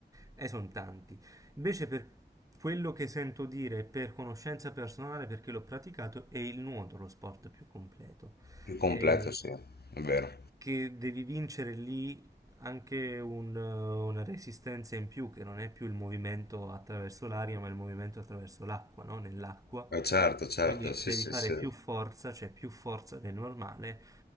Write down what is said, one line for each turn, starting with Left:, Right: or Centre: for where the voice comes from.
Right: e sono tanti. Invece per quello che sento dire, per conoscenza personale, perché l'ho praticato, è il nuoto lo sport più completo.
Left: Il completo,
Right: E
Left: sì, è vero.
Right: che devi vincere lì anche un, eh, una resistenza in più, che non è più il movimento attraverso l'aria, ma il movimento attraverso l'acqua, no? Nell'acqua.
Left: Eh, certo, certo,
Right: Quindi
Left: sì,
Right: devi
Left: sì,
Right: fare
Left: sì.
Right: più forza, cioè più forza del normale,